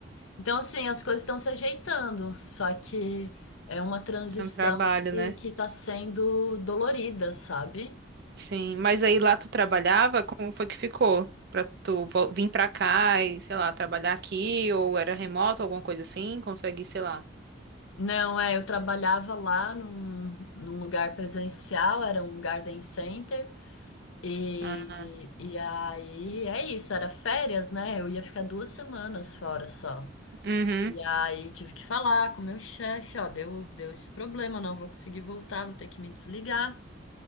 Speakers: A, on the left; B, on the right.
A: Então, assim, as coisas estão se ajeitando, só que é uma transição
B: É um trabalho,
A: que,
B: né?
A: que está sendo dolorida, sabe?
B: Sim, mas aí lá tu trabalhava, como foi que ficou? Pra tu vol- vir pra cá e, sei lá, trabalhar aqui, ou era remoto, alguma coisa assim, consegue, sei lá.
A: Não, é, eu trabalhava lá num, num lugar presencial, era um garden center. E,
B: Ah,
A: e aí, é isso, era férias, né? Eu ia ficar duas semanas fora só.
B: uhum.
A: E aí tive que falar com o meu chefe, ó, deu, deu esse problema, não vou conseguir voltar, vou ter que me desligar.